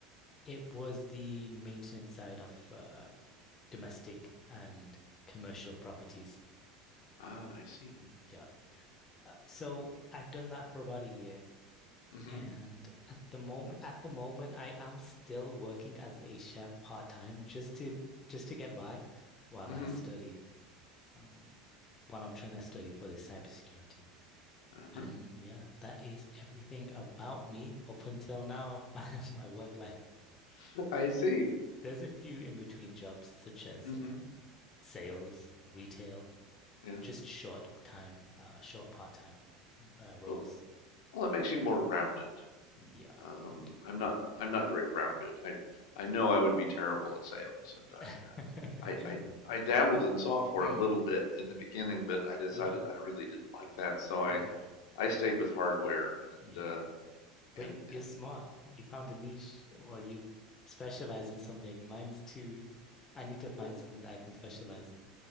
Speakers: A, on the left; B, on the left.
A: It was the maintenance side of uh, domestic and commercial properties.
B: Ah, I see.
A: Mm, Yeah. Uh, so I've done that for about a year.
B: Mm-hmm.
A: And at the moment, at the moment, I am still working as a chef part-time just to just to get by while
B: Mm-hmm.
A: I study, um, while I'm trying to study for this cybersecurity.
B: Uh-huh.
A: And yeah, that is everything about me up until now, <laughs> my, my work life.
B: <laughs> I see.
A: There's a few in between jobs such as
B: Mm-hmm.
A: um, sales, retail,
B: Yeah.
A: just short time, uh, short part-time uh, roles.
B: Well, well, it makes you more rounded.
A: Yeah.
B: Um,
A: it,
B: I'm not I'm not very rounded. I I know I would be terrible at sales and I
A: <laughs>
B: uh I, I I dabbled in software
A: Mm,
B: a little bit in the beginning, but I decided
A: yeah,
B: I really didn't like that, so I
A: mm,
B: I stayed with hardware and
A: yeah.
B: uh and
A: But you're
B: and
A: smart. You found a niche or you specialize in something. Mine's too, I need to find
B: well,
A: something that I can specialize in.